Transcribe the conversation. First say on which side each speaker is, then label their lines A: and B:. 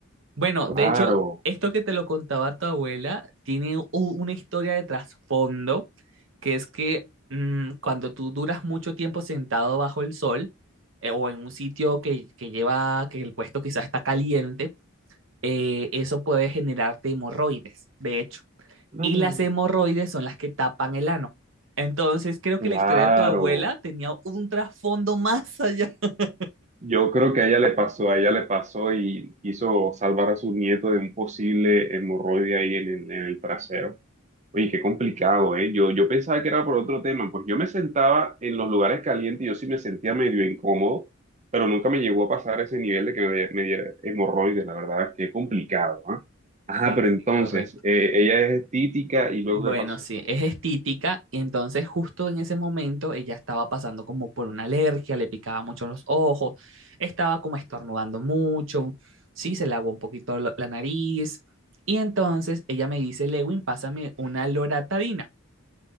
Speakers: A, on the right; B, on the right.
A: Bueno,
B: Claro,
A: de hecho, esto que te lo contaba tu abuela tiene u- una historia de trasfondo, que es que mm, cuando tú duras mucho tiempo sentado bajo el sol eh, o en un sitio que, que lleva, que el puesto quizás está caliente, eh, eso puede generarte hemorroides, de hecho.
B: Mm,
A: Y las hemorroides son las que tapan el ano. Entonces, creo
B: claro.
A: que la historia de tu abuela tenía un trasfondo más allá. <laughs>
B: Yo creo que a ella le pasó, a ella le pasó y quiso salvar a su nieto de un posible hemorroide ahí en el en el trasero. Oye, qué complicado, ¿eh? Yo, yo pensaba que era por otro tema, pues yo me sentaba en los lugares calientes y yo sí me sentía medio incómodo, pero nunca me llegó a pasar ese nivel de que me, me diera hemorroides, la verdad, qué complicado, ¿ah? Ajá,
A: Sí,
B: pero entonces,
A: sí, correcto.
B: eh, ella es estítica y luego
A: Bueno,
B: ¿qué pasó?
A: sí, es estítica y entonces justo en ese momento ella estaba pasando como por una alergia, le picaba mucho los ojos, estaba como estornudando mucho, sí, se le aguó un poquito lo- la nariz y entonces ella me dice, Lewin, pásame una loratadina.